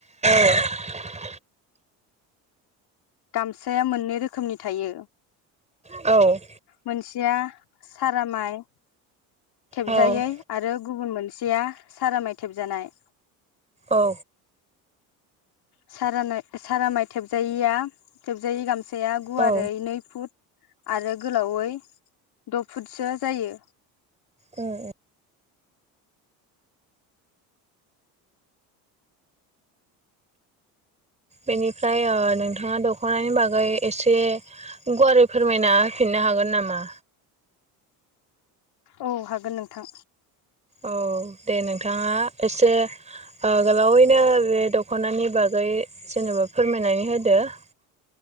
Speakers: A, on the right (about 15°); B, on the left (about 55°).
A: <inaudible>
B: गामसाया मोननै रोखोमनि थायो।
A: औ।
B: मोनसेया सारा माइ। थेबजायै
A: औ
B: आरो गुबुन मोनसेया सारामाय थेबजानाय।
A: औ।
B: सारा सारा माइ थेबजायिया थेबजायि गामसाया गुवारै
A: औ
B: नै फुट। आरो गोलावै द' फुटसो जायो।
A: उम। बेनिफ्राय ओ नोंथाङा दख'नानि बागै एसे गुवारै फोरमायना होफिननो हागोन नामा?
B: औ हागोन नोंथां।
A: औ दे नोंथाङा एसे ओ गोलावैनो बे दख'नानि बागै जेनेबा फोरमायनानै होदो। <inaudible>